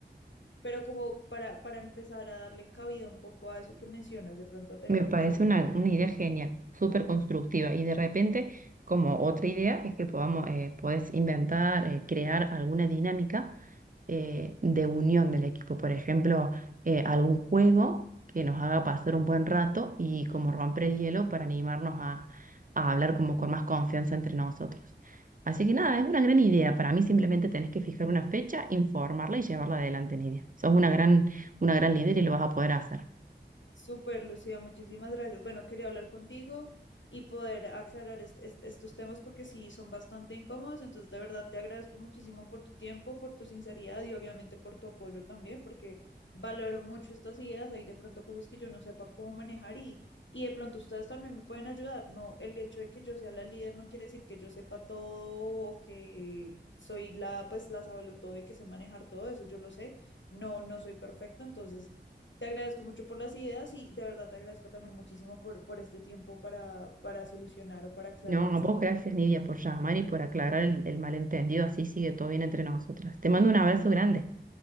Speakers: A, on the left; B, on the right.
A: pero como para, para empezar a darle cabida un poco a eso que mencionas, de pronto a tener
B: Me
A: una
B: parece una, una idea genial, súper constructiva. Y de repente, como otra idea, es que podamos, eh, puedes inventar, eh, crear alguna dinámica eh, de unión del equipo. Por ejemplo, eh, algún juego que nos haga pasar un buen rato y como romper el hielo para animarnos a, a hablar como con más confianza entre nosotros. Así que nada, es una gran idea. Para mí simplemente tenés que fijar una fecha, informarla y llevarla adelante, Nidia. Sos una gran, una gran líder y lo vas a poder hacer.
A: Súper, Lucía, muchísimas gracias. Bueno, quería hablar contigo y poder aclarar est- est- estos temas porque sí son bastante incómodos. Entonces, de verdad, te agradezco muchísimo por tu tiempo, por tu sinceridad y obviamente por tu apoyo también, porque valoro mucho estas ideas. Hay de pronto cosas que yo no sepa cómo manejar y, y de pronto ustedes también me pueden ayudar. No, el hecho de que yo sea la líder no quiere decir que yo sepa todo o que soy la, pues, la todo y que sé manejar todo eso. Yo lo sé. No, no soy perfecta, entonces te agradezco mucho por las ideas y de verdad te agradezco también muchísimo por, por este tiempo para, para solucionar o para aclarar
B: No,
A: este.
B: a vos gracias, Nidia, por llamar y por aclarar el, el malentendido. Así sigue todo bien entre nosotras. Te mando un abrazo grande.